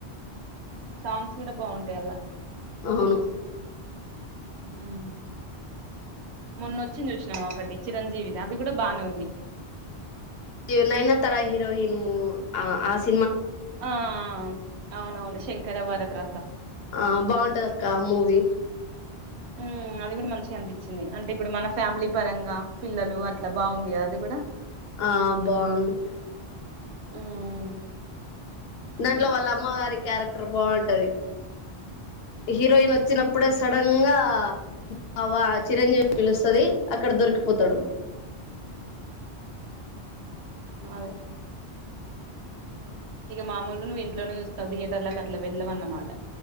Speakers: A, on the right; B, on the left.
A: సాంగ్స్ గుడా బావుంటయ్ అల్లా
B: అవును
A: మ్ మొన్నొచ్చింది చూశినవా ఒకటి చిరంజీవిది అది గుడా బానే ఉంది
B: ఇ నైనాతారా హిరోహిన్ ము అ ఆ సి
A: ఆ అ అ అవునవును శంకరవర ప్ర
B: అ అ బావుంటదక్క ఆ మూవీ
A: మ్ అది గుడా మంచిగా అనిపిచింది అంటే ఇప్పుడు మన ఫ్యామిలీ పరంగా పిల్లలు అట్ల బావుంది గదా అది గూడ
B: ఆ బావుంది
A: మ్మ్
B: దాంట్లొ వాళ్ళ అమ్మ గారి క్యారెక్టర్ బావుంటది హీరోయిన్ ఒ చ్చినప్పుడే సడన్ గా అవ్వ చిరంజీవిని పిలుస్తది అక్కడ దొరికిపోతడు
A: అదె ఇగ మామూలు నువ్వు ఇంట్లోనే చూస్తావు థియేటర్ లకి అట్ల వెళ్ళవన్నమాట